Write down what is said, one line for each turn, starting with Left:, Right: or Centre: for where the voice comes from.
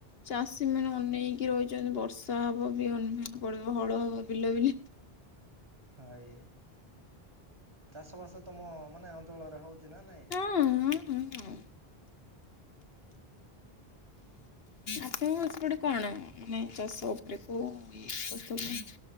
Left: ଚାଷୀ ମାନେ ଅନେଇକି ରହିଚନ୍ତି ବର୍ଷା ହବ ବିହନ ଫିଅନ ପଡିବ ହଳ ହବ ବିଲ ବିଲି।
Right: ହାଏ। ଚାଷବାସ ତମ ମାନେ ଅଞ୍ଚଳରେ ହୋଉଚି ନା ନାଇଁ?
Left: ହଁ ହଁ। ହଁ
Right: <inaudible>
Left: ଆପଣଙ୍କ ସେପଟ କଣ ମାନେ ଚାଷ ଓପୋରେ କୋଉ <unintelligible>